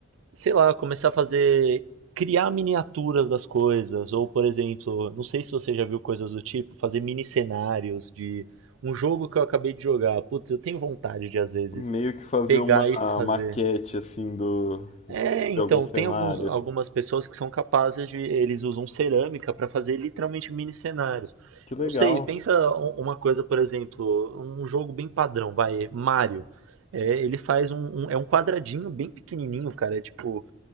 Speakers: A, on the right (about 80°); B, on the left (about 35°).
A: sei lá, começar a fazer, criar miniaturas das coisas, ou, por exemplo, não sei se você já viu coisas do tipo, fazer mini cenários de um jogo que eu acabei de jogar. Putz, eu tenho vontade de, às vezes,
B: Meio que fazer
A: pegar
B: uma
A: e fazer.
B: maquete, assim, do, de
A: É, então,
B: algum cenário.
A: tem alguns, algumas pessoas que são capazes de. Eles usam cerâmica para fazer literalmente mini cenários.
B: Que legal.
A: Não sei, pensa um- uma coisa, por exemplo, um jogo bem padrão, vai, Mario. É, ele faz um, um- É um quadradinho bem pequenininho, cara. É tipo